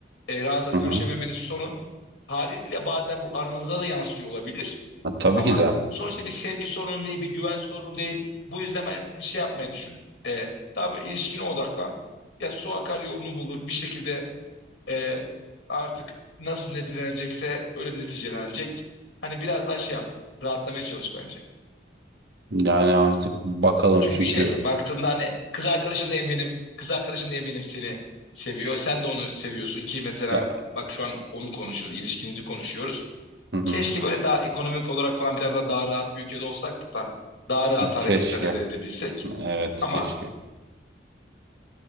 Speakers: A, on the left; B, on the right.
A: E, rahat rahat
B: Hı hı.
A: görüşememeniz sorun. Haliyle bazen bu aranızda da yansıyor olabilir.
B: Ha, Tabii
A: Ama
B: ki de.
A: sonuçta bir sevgi sorunu değil, bir güven sorunu değil. Bu yüzden ben şey yapmayı düşün. E, daha böyle ilişkine odaklan. Ya su akar yolunu bulur. Bir şekilde e, artık nasıl neticelenecekse öyle neticelenecek. Hani biraz daha şey yap. Rahatlamaya çalış bence.
B: Yani artık bakalım
A: Çünkü
B: çünkü
A: şey baktığında hani kız arkadaşın da eminim. Kız arkadaşın da eminim seni seviyor. Sen de onu seviyorsun ki mesela
B: ya
A: bak şu an onu konuşuyoruz. ilişkinizi konuşuyoruz.
B: hı hı.
A: Keşke böyle daha ekonomik olarak falan biraz daha, daha rahat bir ülkede olsak da daha rahat hareketler
B: Keşke.
A: ede- edebilsek.
B: Evet,
A: Ama
B: keşke.